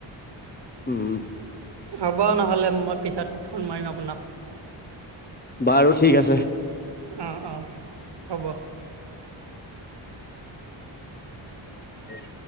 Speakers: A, on the left (about 20°); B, on the right (about 55°).
A: উম,
B: হ'ব নহ'লে মই পিছত ফোন মাৰিম আপোনাক।
A: বাৰু ঠিক আছে।
B: অ', অ', হ'ব।
A: উম,